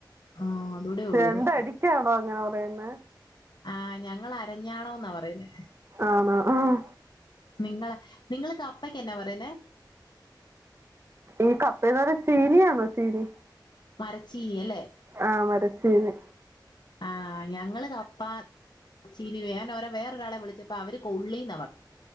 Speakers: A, on the left (about 65°); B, on the right (about 35°).
A: ആഹ് അതൂടെ ഉള്ളൂ
B: രണ്ടടിക്കണോ
A: ഇനി
B: അങ്ങനെ പറയുന്നേ
A: ആഹ് ഞങ്ങള് അരഞ്ഞാണോന്നാ പറയുന്നേ
B: ആണോ ആഹ്
A: നിങ്ങള നിങ്ങള് കപ്പക്ക് എന്നാ പറയുന്നെ
B: ഈ കപ്പേന്ന് പറഞ്ഞ ചീനിയാണോ ചീനി
A: മരച്ചീനി അല്ലേ
B: ആഹ് മരച്ചീനി
A: ആഹ് ഞങ്ങള് കപ്പ ചീനി വേനൊരു വേറൊരാളെ വിളിച്ചപ്പോ അവര് കൊള്ളീന്ന പ